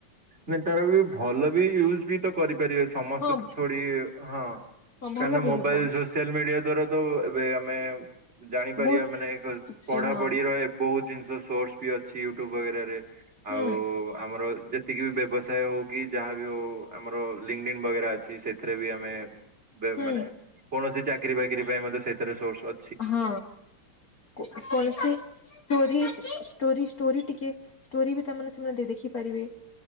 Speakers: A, on the right; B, on the left.
A: ନାଇଁ ତାର ବି ଭଲ ବି ୟୁଜ୍ ବି ତ କରିପାରିବେ ସେ। ସମସ୍ତେ
B: ହଁ
A: ତ ଥୋଡି ହଁ
B: ହଁ ଭଲ
A: କାରଣ
B: ବି
A: ମୋବାଇଲ୍
B: ହେବ
A: <unintelligible> ସିଆଲ୍ ମିଡିଆ ଦ୍ଵାରା ତ ଏବେ ଆମେ ଜାଣିପାରିବା
B: ବହୁତ
A: ମାନେ
B: କିଛି
A: ପଢାପଢିର
B: ହଁ
A: ବହୁତ୍ ଜିନିଷ ସୋର୍ସ ବି ଅଛି ୟୁଟ୍ୟୁବ ବଗେରାରେ,
B: ହୁଁ
A: ଆଉ ଆମର ଯେତିକି ବି ବ୍ୟବସାୟ ହଉ କି ଯାହାବି ହଉ, ଆମର ଲିଙ୍ଗଡିନ୍ ବଗେରା ଅଛି ସେଥିରେ ବି ଆମେ ଭେ
B: ହୁଁ
A: ମାନେ କୌଣସି ଚାକିରି ବାକିରି ପାଇଁ ମଧ୍ୟ ସେଥିରେ ସୋର୍ସ ଅ
B: ହଁ <unintelligible> ଷ୍ଟୋରୀ-ଷ୍ଟୋରୀ-ଷ୍ଟୋରୀ ଟିକେ ଷ୍ଟୋରୀ ବି ତାମାନେ ସେମାନେ ଦେଖିପାରିବେ।